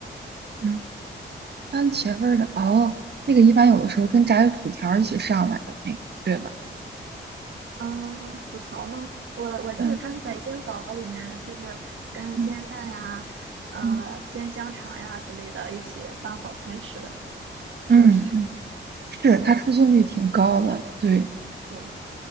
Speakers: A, on the right; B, on the right.
A: 嗯，番茄味儿的哦，那个一般有的时候跟炸的薯条儿一起上来的那个，对吧？
B: 嗯，薯条吗？我我记得它是在烟枣里面，
A: 嗯
B: 就是跟煎蛋呀、
A: 嗯
B: 呃煎香肠呀之类的一起当早餐吃的，
A: 嗯
B: 是不是？
A: 嗯嗯。是，
B: 嗯，
A: 它出镜率挺高的，对，
B: 对